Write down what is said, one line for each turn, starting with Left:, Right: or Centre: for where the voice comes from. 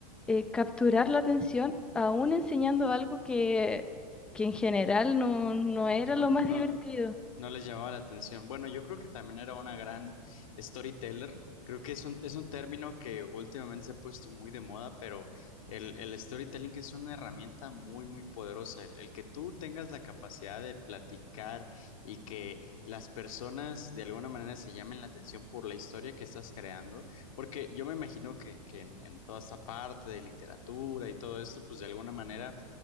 Centre: eh, capturar la atención aún enseñando algo que, que en general no, no
Left: No,
Centre: era lo más
Left: no,
Centre: divertido.
Left: no les llamaba la atención. Bueno, yo creo que también era una gran storyteller. Creo que es un, es un término que últimamente se ha puesto muy de moda, pero el, el storytelling es una herramienta muy, muy poderosa. El, el que tú tengas la capacidad de platicar y que las personas de alguna manera se llamen la atención por la historia que estás creando, porque yo me imagino que, que en, en toda esta parte de literatura y todo esto, pues de alguna manera